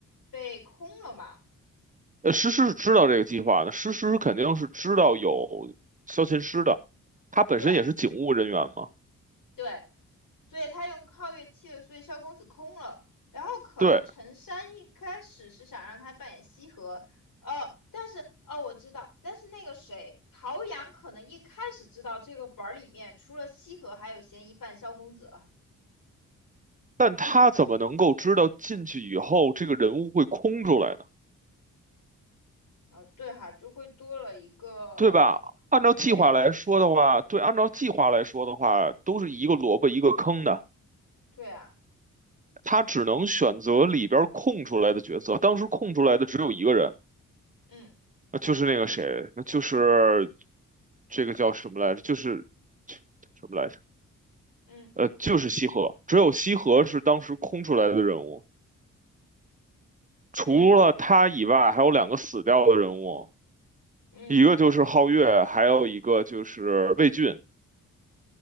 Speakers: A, on the left; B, on the right.
A: 被空了嘛，
B: 呃，诗诗是知道这个计划的，诗诗肯定是知道有萧琴师的，他本身也是警务人员嘛。
A: 对，对，所以他用皓月替了，所以萧公子空了。然后可能陈山一开始是想让他扮演西河，
B: 对，
A: 哦，但是哦我知道，但是那个谁陶阳可能一开始知道这个本儿里面除了西河还有嫌疑犯萧公子啊，
B: 但他怎么能够知道进去以后这个人物会空出来呢？
A: 然后对哈就会多了一个皓月，
B: 对吧？按照计划来说的话，对，按照计划来说的话，都是一个萝卜一个坑的。
A: 对啊，
B: 他只能选择里边儿空出来的角色，当时空出来的只有一个人，
A: 嗯
B: 那就是那个谁，那就是这个叫什么来着？就是。什么来着。
A: 嗯
B: 呃，就是西河，只有西河是当时空出来的人物，除了他以外，
A: 嗯
B: 还有两个死掉的人物，
A: 嗯。
B: 一个就是皓月，还有一个就是魏俊，